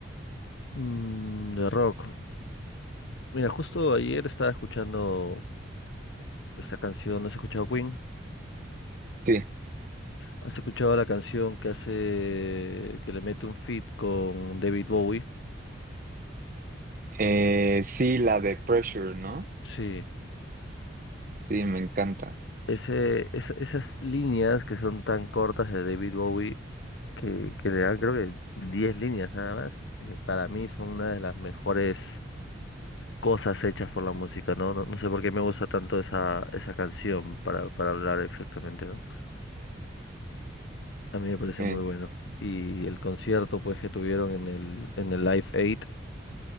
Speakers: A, on the left (about 70°); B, on the right (about 45°).
A: Mm, de rock. Mira, justo ayer estaba escuchando esta canción. ¿Has escuchado Queen?
B: Sí,
A: ¿Has escuchado la canción que hace, que le mete un feat con David Bowie?
B: eh, sí, la de Pressure, ¿no?
A: Sí.
B: Sí, me encanta.
A: Ese, esa- esas líneas que son tan cortas de David Bowie, que, que le dan creo que 10 líneas nada más, eh, para mí son una de las mejores cosas hechas por la música, ¿no? No, no sé por qué me gusta tanto esa, esa canción para, para hablar exactamente, ¿no? A mí me parece
B: Eh,
A: muy bueno. Y el concierto, pues, que tuvieron en el, en el Live Aid,